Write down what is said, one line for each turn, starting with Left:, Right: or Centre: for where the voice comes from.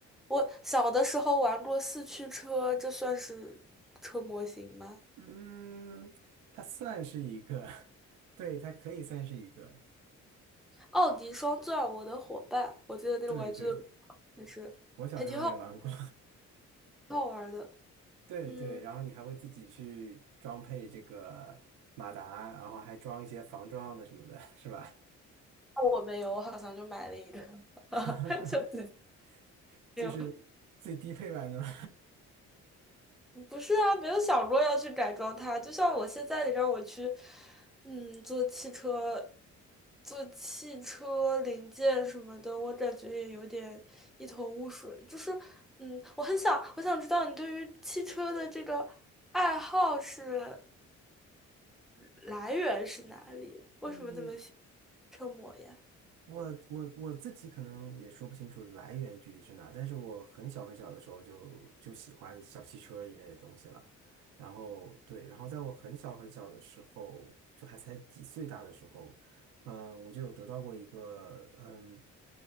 Centre: 我小的时候玩过四驱车，这算是车模型吗？
Right: 嗯，它算是一个，<laughs> 对，它可以算是一个，
Centre: 奥迪双钻，我的伙伴，我记得那个玩具的，
Right: 对对，
Centre: 就是还挺好。
Right: 我小时候也玩过，
Centre: 好玩的。
Right: <laughs> 对对，
Centre: 嗯，
Right: 然后你还会自己去装配这个马达，然后还装一些防撞的什么的，是吧？
Centre: 我没有，我好像就买了一个，
Right: <laughs>
Centre: <laughs> 就自己
Right: 就是最低配版的嘛，
Centre: 没有。不是啊，没有想过要去改装它。就像我现在，你让我去，嗯，做汽车，做汽车零件什么的，我感觉也有点一头雾水。就是，嗯，我很想，我想知道你对于汽车的这个爱好是来源是哪里？为什么这么喜欢车模呀？
Right: <laughs> 嗯。我我我自己可能也说不清楚来源具体是哪，但是我很小很小的时候就就喜欢小汽车一类的东西了。然后对，然后在我很小很小的时候，就还才几岁大的时候，嗯，我就有得到过一个，嗯，